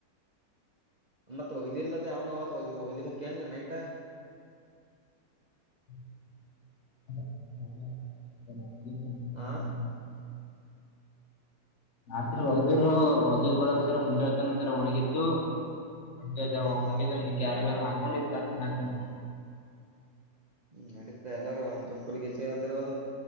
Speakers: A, on the right; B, on the left.
A: ಮತ್ತತ್ ಒಗ್ದಿ ಇಲ್ಲದ ಅವಂಗ ಅವವತ್ ಒ ಒಗ್ಲಿಕ್ಕಕ್ಕಂದ ನೈಟ್
B: <unintelligible>
A: ಆ
B: ರಾತ್ರಿ ಹೊದಿರು ಹೊಗದ ಬಳಗದರ ಮುಂಜಾಗತಾನ ಅಂದರ ಒಣಗಿದ್ದು ಒಗ ಜ
A: ಹ್ಮ್
B: ಒುಗ ಕ್ಯಾರಿಗಾನ ಹಾಕೊಂಡಿದ್ದ ನೆಣಾಕನ್
A: ಹ್ಮ್ ನಡೀತ ಎಲ್ಲಾರೂ ಅಂದ್ರ ಫುಲ್ ಗೀತ ಅಂದಿರಬೋದು